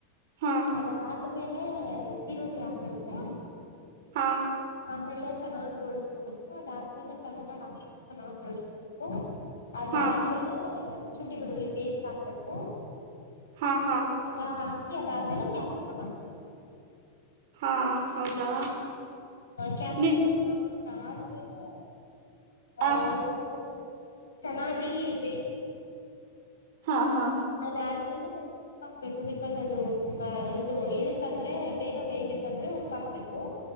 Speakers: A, on the right (about 50°); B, on the left (about 70°).
A: ಹಾ
B: ಅದಾದ್ಮೇ ಯೇ ಇರುಳ್ಳಿ ಹಾಕ್ಬೇಕು.
A: ಹಾ
B: ಆಮೇಲೆ ಚೆನ್ನಾಗ್ ಗೋಳಸ್ಕೋಬೇಕು ಅದಾದ್ಮೇಲೆ ಟೊಮೆಟೊ ಹಾಕ್ಬೇಕು ಚೆನ್ನಾಗ್ ಗೋಳಿಸಸ್ಕೋಬೇಕು. ಅದಾದ್ಮೇಲೆ.
A: ಹಾ
B: ಶುಂಠಿ ಬೆಳ್ಳುಳ್ಳಿ ಪೇಸ್ಟ್ ಹಾಕ್ಬೇಕು.
A: ಹಾ ಹಾ ಹಾ ಹಾ
B: ಅದುನ್ನೆಲ್ಲ ಅಕಿ. ಅದಾದ್ಮೇಲೆ ಕ್ಯಾಪ್ಸ್ ಕಮ್ಬೇಕು.
A: ಹಾ ಹೌದಾ.
B: ಕ್ಯಾಪ್ಸಿಕಂ
A: ನೀ
B: <unintelligible> ಅದಾದ್ಮೇಲೆ. ಹ
A: ಆ
B: ಏನಾದೂ. ಚೆನ್ನಾಗಿ ಬೇಯಿಸಬೇಕು.
A: ಹಾ ಹಾ
B: ಅದಾದ್ಮೇಲೆ ಸ್ವಲ್ಪ ಉಪ್ಪ ಹಾಕ್ಬೇಕು ಬಿಕಾಸ್ ಅದು ಅ ಇದು ಏನಕ್ಕಂದ್ರೆ ಬೇಗ ಬೇಯ್ಬೇಕಂದ್ರೆ ಉಪ್ಪಾಕ್ಬೇಕು